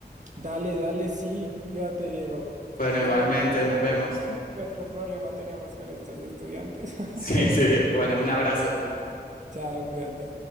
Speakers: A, on the right; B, on the left.
A: Dale, dale, sí, cuídate, Diego. Estamos
B: Bueno, igualmente,
A: hablando de
B: nos
A: <laughs> qué,
B: vemos.
A: qué-
B: <laughs>
A: qué otro problema tenemos con estos estudiantes. <laughs>
B: Sí, sí. Bueno, un abrazo.
A: Chao, cuídate.